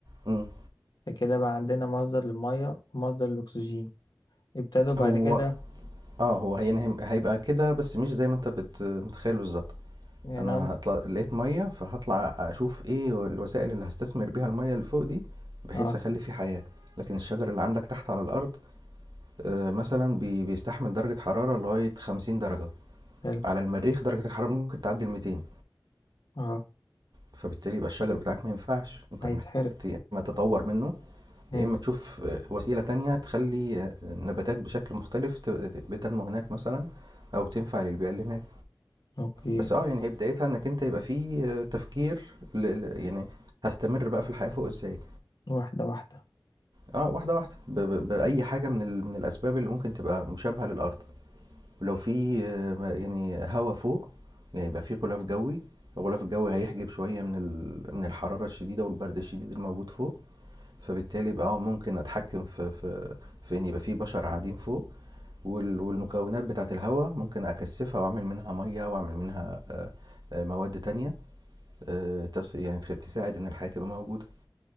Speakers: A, on the right; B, on the left.
A: مم.
B: فكده بقى عندنا مصدر للميه ومصدر للاكسجين ابتدوا بعد
A: هو
B: كده
A: آه، هو هي يعني هيبقى كده بس مش زي ما أنت بت متخيّل بالضبط.
B: يعني
A: أنا
B: هم-
A: هاطلع لقيت مَيّة، فهاطلع أشوف إيه الوسائل اللي هاستثمر بيها المَيّة اللي فوق دي، بحيث
B: اه
A: أخلّي في حياة. لكن الشجر اللي عندك تحت على الأرض آآ مثلًا بي بيستحمل درجة حرارة لغاية 50 درجة،
B: حلو
A: على المريخ درجة الحرارة ممكن تعدّي ال200،
B: اه
A: فبالتالي يبقى الشجر بتاعك ما ينفعش، أنت
B: هيتحرق
A: محتاج ت يا إمّا تطوّر منّه،
B: امم
A: يا إمّا تشوف آه، وسيلة تانية تخلّي آه، النباتات بشكل مختلف ت بتنمو هناك مثلًا أو تنفع للبيئة اللي هناك.
B: اوكي
A: بس اه يعني هي بدايتها انك انت يبقى في آه، تفكير ل... ل- يعني هستمر بقى في الحياة فوق ازاي
B: واحده واحده
A: اه واحدة واحدة ب... ب... بأي حاجة من ال... من الأسباب اللي ممكن تبقى مشابهة للأرض ولو في آه، ما- يعني هواء فوق يعني يبقى في غلاف جوي الغلاف الجوي هيحجب شوية من ال... من الحرارة الشديدة والبرد الشديد الموجود فوق فبالتالي يبقى اه ممكن أتحكم في في في إن يبقى في بشر قاعدين فوق وال- والمكونات بتاعت الهواء ممكن اكثفها واعمل منها ميه واعمل منها آه، آه، مواد تانية آه، تس- يعني تخ- تساعد ان الحياه تبقى موجوده